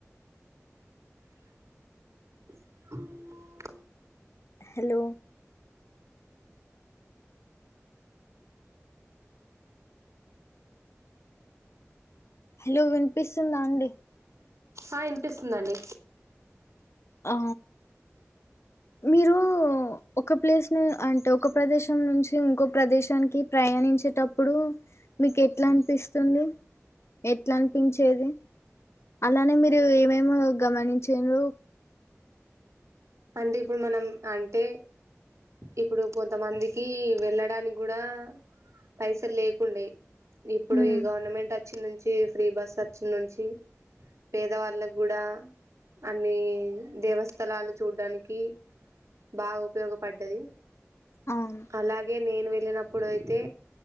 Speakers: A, on the right (about 80°); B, on the left (about 60°).
A: <inaudible>
B: hello hello వినిపిస్తుందా అండి
A: ఆ వినిపిస్తుందిండి
B: ఆ మీరు ఒక ప్లేస్ ను అంటే ఒక ప్రదేశం నుంచి ఇంకోొ ప్రదేశానికి ప్రయాణించ చ్చేటప్పుడు మీకు ఎట్లా అనిపిస్తుంది ఎట్లా అనిపించేది అలానే మీరు ఏమేమ గమనించారు
A: అంటే ఇప్పుడు మనం అంటే ఇప్పుడు కొంతమందికి వెళ్ళడానికి కూడా పైసలు లేకుండే ఇప్పుడు
B: ఉమ్
A: ఈ గవర్నమెంట్ వచ్చినంచి ఫ్రీ బస్ సతిన్ నుంచి పేదవాళ్ళకి కూడా అన్ని దేవస్థలాలు చూడ్డానికి బాగా ఉపయోగపడ్డది
B: అవును
A: అలాగే నేను వెళ్ళినప్పుడు అయితే